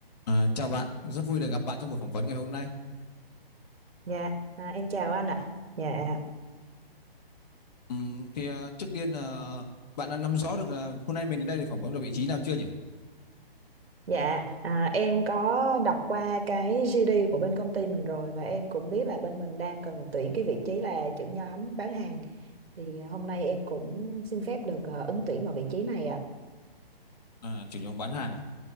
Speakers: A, on the left; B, on the right.
A: À, chào bạn, rất vui được gặp bạn trong buổi phỏng vấn ngày hôm nay.
B: Dạ, à, em chào anh ạ. Dạ, à,
A: Ừm, thì à, trước tiên là bạn đã nắm rõ được là hôm nay mình đến đây để phỏng vấn được vị trí nào chưa nhỉ?
B: dạ, à, em có đọc qua cái GD của bên công ty mình rồi và em cũng biết là bên mình đang cần tuyển cái vị trí là trưởng nhóm bán hàng. Thì à, hôm nay em cũng xin phép được à, ứng tuyển vào vị trí này ạ.
A: À, chủ nhóm bán hàng à?